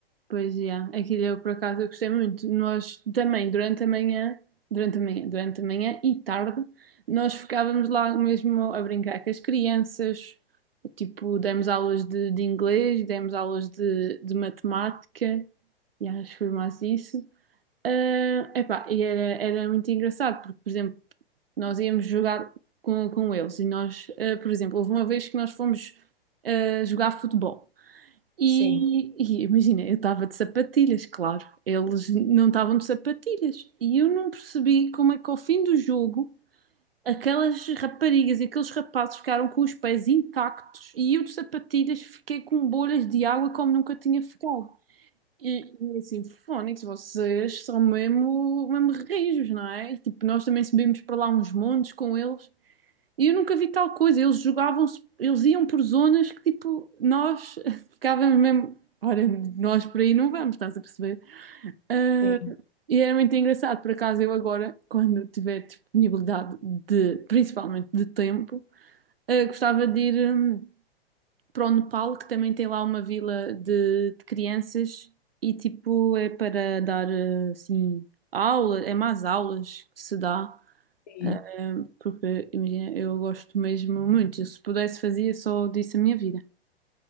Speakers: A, on the right; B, on the left.
A: Pois, já. Aquilo eu, por acaso, eu gostei muito. Nós também, durante a manhã, durante a manhã, durante a manhã e tarde, nós ficávamos lá mesmo a brincar com as crianças. Tipo, demos aulas de, de inglês, demos aulas de, de matemática, e acho que foi mais isso. Ah, epá, e era, era muito engraçado, porque, por exemplo, nós íamos jogar com, com eles e nós, ah, por exemplo, houve uma vez que nós fomos ah, jogar futebol. E,
B: Sim,
A: e imagina, eu estava de sapatilhas, claro. Eles não estavam de sapatilhas. E eu não percebi como é que ao fim do jogo aquelas raparigas e aqueles rapazes ficaram com os pés intactos e eu de sapatilhas fiquei com bolhas de água como nunca tinha ficado. E, e é assim, fónix, vocês são mesmo, mesmo rijos, não é? E, tipo, nós também subimos para lá uns montes com eles e eu nunca vi tal coisa. Eles jogavam, eles iam por zonas que tipo, nós <laughs> ficávamos mesmo. Ora, nós por aí não vamos, estás a perceber? Ah,
B: sim,
A: e era muito engraçado, por acaso eu agora, quando tiver disponibilidade de, principalmente de tempo, ah, gostava de ir hum, para o Nepal, que também tem lá uma vila de, de crianças e tipo é para dar ah, assim aula, é mais aulas que se dá.
B: sim.
A: Ahm, porque, imagina, eu gosto mesmo muito. Se pudesse fazia só disso a minha vida.